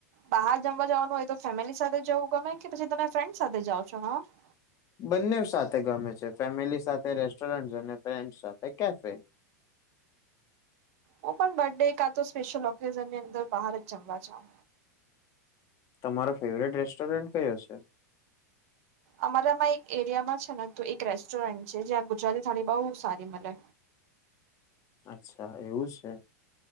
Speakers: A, on the right; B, on the left.
A: બહાર જમવા જવાનું હોય! તો ફેમિલી સાથે જવું ગમે કે પછી તમે ફ્રેન્ડ સાથે જાઓ છો. હ.
B: બંને સાથે ગમે છે ફેમિલી સાથે રેસ્ટોરન્ટ અને ફ્રેન્ડ સાથે કેફે
A: હું પણ બર્ ડે એકા તો સ્પેશિયલ ઓકેઝન ની અંદર બહાર જમવા જાઉ
B: તમારો ફેવરેટ રેસ્ટોરન્ટ કયો છે.
A: અમારામાં એક એરિયામાં છે ને ત એક રેસ્ટોરન્ટ છે, જ્યાં ગુજરાતી થાળી બહઉ સારી મળે
B: અચ્છા એવું છે.